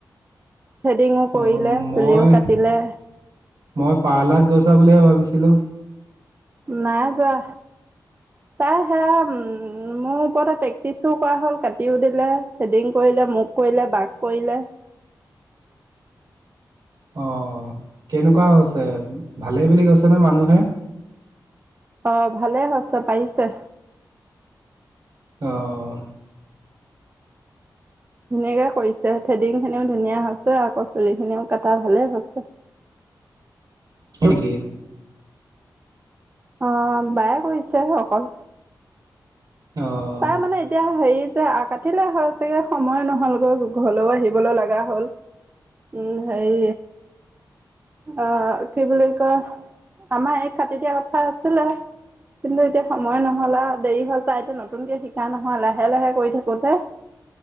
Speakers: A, on the right; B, on the right.
A: থ্ৰেডিঙো কৰিলে
B: অ মই
A: চুলিও কাটিলে
B: মই পাৰ্লাত গৈছা বুলিহে ভাবিছো। ছিলো।
A: নাই যোৱা। তাই সেয়া উম মোৰ ওপৰতে প্ৰেক্টিচো কৰা হল কাটিও দিলে থ্ৰেডিং কৰি। কৰিলে মোক কৰিলে বাাক কৰিলে।
B: অ কেনেকুৱা হৈছে? ভালেই বুলি কৈছে নে মানুহে
A: অ ভালেই হৈছে পাৰিছে।
B: আহ।
A: ধুনীয়াকে কৰিছে থ্ৰেডিং খিনিও ধুনীয়া হৈছে আকৌ চুলি খিনিও কটা ভালেই হৈছে। <inaudible>
B: এইখিনি কি।
A: অ বায়ে কৰিছে অকল
B: অহ
A: তাৰ মানে এতিয়া হেৰি পিছে কাটিলে হয় চাগে সময় নহলগৈ ঘৰলৈও আহিবলৈ লগা হ'ল উম সেই আহ কি বুলি কয় আমাৰ এই কাটি দিয়া কথা আছিলে কিন্তু এতিয়া সময় নহলা দেৰি হল তাই এতিয়া ন নতুনকে শিকা নহয় লাহে লাহে কৰি থাকোতে